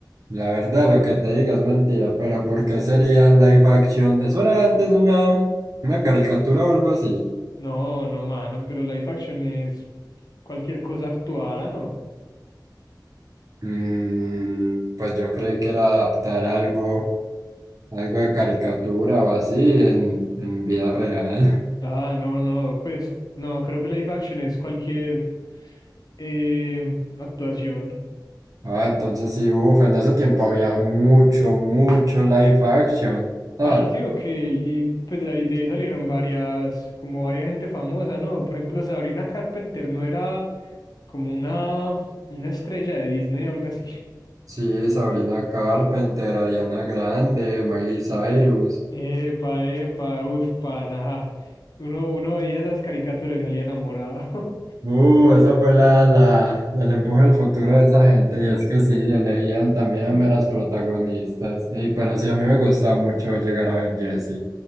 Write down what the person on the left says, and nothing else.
No, no, mano, pero live action es cualquier cosa actuada, ¿no?
Ah, no, no, pues no, creo que live action es cualquier eh, actuación.
Pana, sí, ok, y pues de ahí, de ahí salieron varias, como varias gente famosa, ¿no? Por ejemplo, Sabrina Carpenter no era como una, una estrella de Disney o algo así.
Epa, epa, uf, pana, ajá. Uno, uno veía esas caricaturas y salía enamorado.
<laughs>